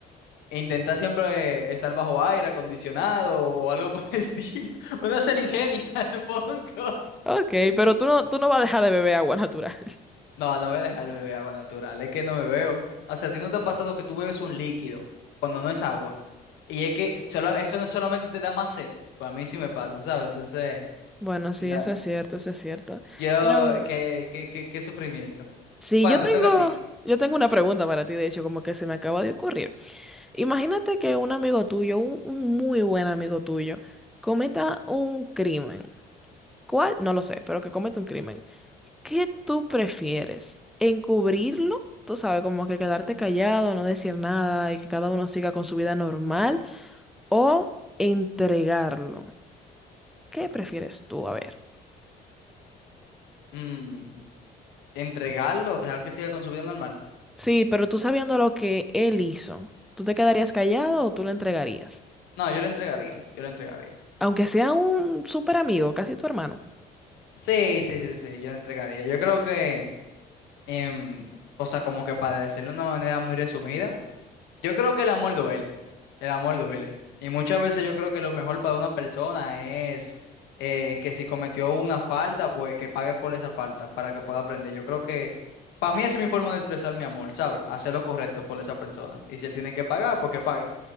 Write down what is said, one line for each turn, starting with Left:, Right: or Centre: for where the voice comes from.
Left: Intenta siempre estar bajo aire acondicionado o algo por el estilo. <laughs> Uno se le ingenia, <laughs> supongo.
Centre: Ok, pero tú no, tú no vas a dejar de beber agua natural. <laughs>
Left: No, no voy a dejar el bebé agua natural, es que no me veo. O sea, ¿a ti no te ha pasado que tú bebes un líquido cuando no es agua? Y es que sola- eso no solamente te da más sed, para mí sí me pasa, ¿sabes? Entonces,
Centre: Bueno, sí,
Left: no,
Centre: eso es cierto, eso es cierto.
Left: yo,
Centre: Pero
Left: qué, qué, qué, qué sufrimiento.
Centre: sí,
Left: Bueno,
Centre: yo tengo,
Left: te toca a ti.
Centre: yo tengo una pregunta para ti, de hecho, como que se me acaba de ocurrir. Imagínate que un amigo tuyo, un, un muy buen amigo tuyo, cometa un crimen. ¿Cuál? No lo sé, pero que comete un crimen. ¿Qué tú prefieres? ¿Encubrirlo? Tú sabes, como que quedarte callado, no decir nada y que cada uno siga con su vida normal. ¿O entregarlo? ¿Qué prefieres tú? A ver.
Left: Mm, ¿entregarlo? o ¿Dejar que siga con su vida normal?
Centre: Sí, pero tú sabiendo lo que él hizo, ¿tú te quedarías callado o tú lo entregarías?
Left: No, yo lo entregaría, yo lo entregaría.
Centre: Aunque sea un súper amigo, casi tu hermano.
Left: Sí, sí, sí, sí, yo lo entregaría. Yo creo que, em, o sea, como que para decirlo de una manera muy resumida, yo creo que el amor duele, el amor duele. Y muchas veces yo creo que lo mejor para una persona es eh, que si cometió una falta, pues que pague por esa falta para que pueda aprender. Yo creo que para mí esa es mi forma de expresar mi amor, ¿sabes? Hacer lo correcto por esa persona. Y si él tiene que pagar, pues que pague.